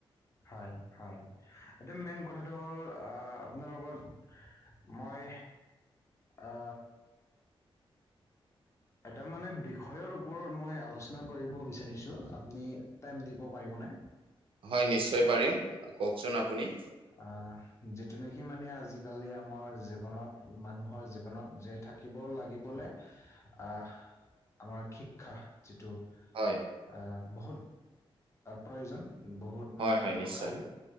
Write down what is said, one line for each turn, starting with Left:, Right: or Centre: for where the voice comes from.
Left: হ'য়, হ'য় এইটো মেইন কথ থাটো হ'ল আ আপোনাৰ লগত মই আ এটা মানে বিষয়ৰ ওপৰত মই আলোচ আলোচনা কৰিব বিচাৰিছোঁ। আপুনি টাইম দিব পাৰিবনে?
Right: হয় নিশ্চয় পাৰিম কওকচোন আপুনি
Left: আহ যিটো নেকি সি মানে আজিকালি আমাৰ জীৱনত মানুহৰ জীৱনত জীয়াই থাকিব লাগিব <unintelligible> দে আহ আমাৰ শিক্ষা যিটো
Right: হয়
Left: আহ বহুত প্ৰয়োজন বহুত
Right: হয়
Left: মানে
Right: হয়
Left: দৰকাৰী
Right: নিশ্চয়